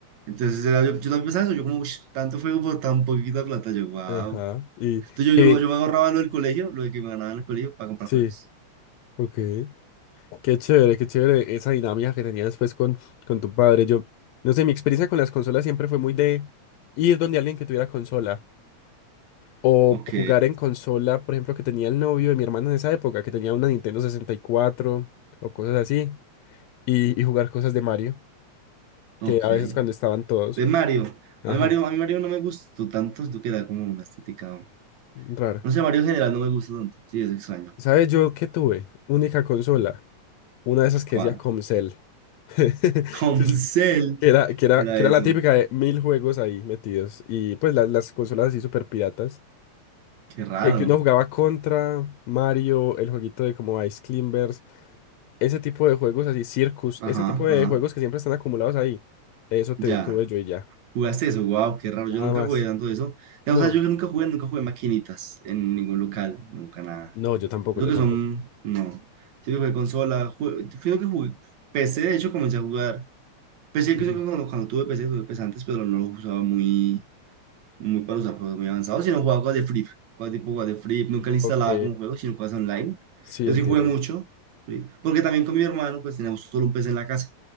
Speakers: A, on the right; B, on the left.
A: Entonces era- yo, yo también pensaba eso, yo como, "Ush, tanto fuego por tan poquita plata, yo, wow.
B: Ajá. Y qué
A: Entonces yo, yo,
B: bien.
A: me yo me ahorraba lo del colegio, lo de que me ganaba en el colegio para comprar
B: Sí,
A: juegos.
B: ok. Qué chévere, qué chévere esa dinámica que tenías después con, con tu padre. Yo, no sé, mi experiencia con las consolas siempre fue muy de ir donde alguien que tuviera consola. O
A: Ok,
B: jugar en consola, por ejemplo, que tenía el novio de mi hermana en esa época, que tenía una Nintendo 64 o cosas así. Y, y jugar cosas de Mario,
A: ok.
B: que a veces cuando estaban todos.
A: De Mario,
B: Ajá,
A: a mí Mario, a mí Mario no me gustó tanto, siento que era como una estética,
B: raro.
A: no sé, Mario en general no me gusta tanto, sí, es extraño.
B: ¿Sabes yo qué tuve? Única consola. Una de esas que
A: ¿Cuál?
B: decía Comcel.
A: <laughs>
B: <laughs>
A: Comcel,
B: Que era, que era,
A: ¿qué era
B: que
A: eso?
B: era la típica de mil juegos ahí metidos. Y pues las, las consolas así super piratas.
A: Qué raro.
B: Que, que uno jugaba contra Mario, el jueguito de como Ice Climbers Ese tipo de juegos así, Circus,
A: Ajá,
B: ese tipo de
A: ajá,
B: juegos que siempre están acumulados ahí. Eso te,
A: ya.
B: tuve yo y ya.
A: ¿Jugaste eso? Wow, qué raro,
B: Nada
A: yo nunca
B: más.
A: jugué tanto eso. O
B: No.
A: sea, yo nunca jugué, nunca jugué maquinitas en ningún local, nunca nada.
B: No, yo tampoco,
A: Creo
B: yo
A: que
B: tampoco.
A: son, no. Siento que consola, jue- creo que jugué PC, de hecho comencé a jugar. PC
B: Ujú.
A: creo que cuando, cuando tuve PC, tuve PC antes, pero no lo usaba muy, muy para usar juegos muy avanzados, sino jugaba cosas de Free, cosas tipo cosas de Free, nunca le instalaba
B: Ok.
A: como juego, sino cosas online.
B: Sí,
A: Yo
B: entiendo.
A: sí jugué mucho, Free, porque también con mi hermano pues teníamos solo un PC en la casa.